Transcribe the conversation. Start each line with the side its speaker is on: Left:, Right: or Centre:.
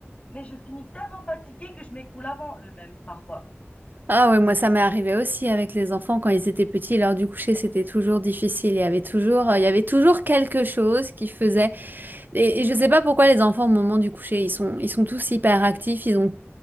Left: mais je finis tellement fatiguée que je m'écoule avant eux-mêmes parfois.
Right: Ah ouais, moi ça m'est arrivé aussi avec les enfants quand ils étaient petits, l'heure du coucher c'était toujours difficile, il y avait toujours, euh, il y avait toujours quelque chose qui faisait. Et, et je sais pas pourquoi les enfants au moment du coucher ils sont, ils sont tous hyper actifs, ils ont